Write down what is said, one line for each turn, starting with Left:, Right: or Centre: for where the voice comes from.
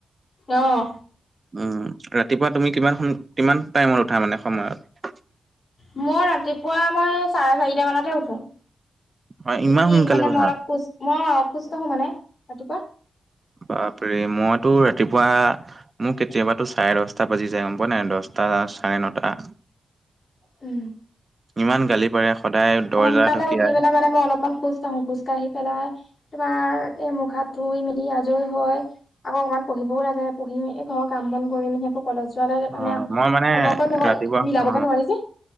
Left: অহ।
Right: উম, ৰাতিপুৱা তুমি কিমান কিমান টাইমত উঠা মানে সময়ত।
Left: মই ৰাতিপুৱা মই চাৰে চাৰিটা মানতে উঠো,
Right: হয়, ইমান
Left: উঠি
Right: সোনকালে
Left: মানে
Right: উঠা?
Left: মই অলপ খোজ ম সুস্থ মানে ৰাতিপুৱা
Right: বাপৰে মইতো ৰাতিপুৱা মোক কেতিয়াবাতো চাৰে দশটা বাজি যাই গম পোৱা নাই দচ আহ চাৰে নটা।
Left: উম।
Right: ইমান গালি পাৰে সদায়
Left: সোনকালে
Right: দৰ্জা ঢকিয়াই
Left: উঠি পেলাই মানে মই অলপমান খোজ কাঢ়ো খোজ কাঢ়ি পেলাই তোমাৰ এই মুখ হাত ধুই মেলি আজৰি হৈ আকৌ অকমান পঢ়িবও লাগে পঢ়ি ম ঘৰৰ কাম বন কৰি মেলি আকৌ কলেজ যোৱালে মানে
Right: অ মই
Left: সময়কণ
Right: মানে ৰাতিপুৱা
Left: মিলাব
Right: অ
Left: গৈ নোৱাৰি যে।